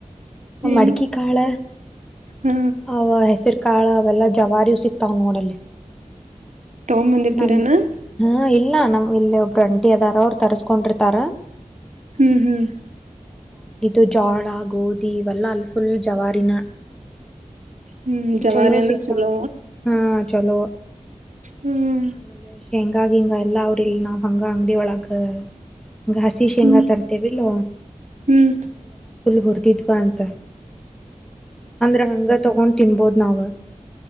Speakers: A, on the right (about 70°); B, in the centre.
A: ಏನ್
B: ಮಡಕಿ ಕಾಳ
A: ಹಾ
B: ಅವ ಹೆಸರ ಕಾಳ ಇವೆಲ್ಲಾ ಜವಾರಿ ಸಿಕ್ತಾವ ನೋಡಲ್ಲಿ
A: ತಗೊಂಬಂದಿರ್ತೀರನಾ
B: ನಮ ಹ್ಮ ಇಲ್ಲ ನಮ್ ಇಲ್ಲೆ ಒಬ್ಬ್ರ ಅಂಟಿದಾರ ಅವರು ತರಿಸಸ್ಕೊಂಡಿರ್ತಾರ
A: ಹ್ಮ್ ಹ್ಮ್
B: ಇದು ಜೋಳ ಗೋಧಿ ಇವೆಲ್ಲಾ ಅಲ್ಲಿ ಫುಲ್ ಜವಾರಿನ
A: ಹ್ಮ್ ಜವಾರಿ
B: ಚಲೋ
A: ಅಂದ್ರ
B: ಸಿಗ್ತವ
A: ಚಲೋ
B: ಹಾ ಚಲೋ
A: ಹ್ಮ್
B: ಆಮೇಲೆ ಶೆಂ ಹಾಗಿ ಹಿಂಗ ಎಲ್ಲ ಅವ್ರ ಇಲ್ ನಾವ್ ಹಂಗ ಅಂಗಡಿಯ ಒಳಗ ಹ ಹಸಿ ಶೆಂಗ
A: ಹ್ಮ್
B: ತರ್ತೇವಿಲ್
A: ಹ್ಮ್
B: ಹುರಿದಿದ್ವ ಅಂತ ಅಂದ್ರ ಹಂಗ ತಗೊಂಡ್ ತಿನ್ಬೋದ್ ನಾವ